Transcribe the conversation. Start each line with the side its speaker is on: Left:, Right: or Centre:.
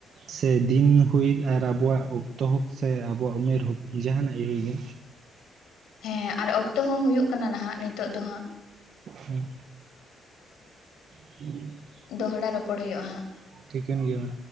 Right: ᱥᱮ ᱫᱤᱱ ᱦᱳᱭ ᱟᱨ ᱟᱵᱚᱣᱟᱜ ᱚᱠᱛᱚ ᱦᱳᱠ ᱥᱮ ᱟᱵᱚᱣᱟᱜ ᱩᱢᱮᱨ ᱦᱳᱠ ᱡᱟᱦᱟᱱᱟᱜ ᱜᱮ ᱦᱩᱭ ᱜᱮ
Left: ᱦᱮᱸ ᱟᱨ ᱚᱠᱛᱚ ᱦᱚᱸ ᱦᱩᱭᱩᱜ ᱠᱟᱱᱟ ᱱᱟᱦᱟᱜ ᱱᱤᱛᱚᱜ ᱫᱚ ᱦᱟᱸᱜ
Right: ᱦᱩᱸ <inaudible>
Left: ᱫᱚᱦᱚᱲᱟ ᱨᱚᱯᱚᱲ ᱦᱩᱭᱩᱜ-ᱟ ᱦᱟᱸᱜ
Right: ᱴᱷᱤᱠᱟᱹᱱ ᱜᱮᱭᱟ ᱢᱟ᱾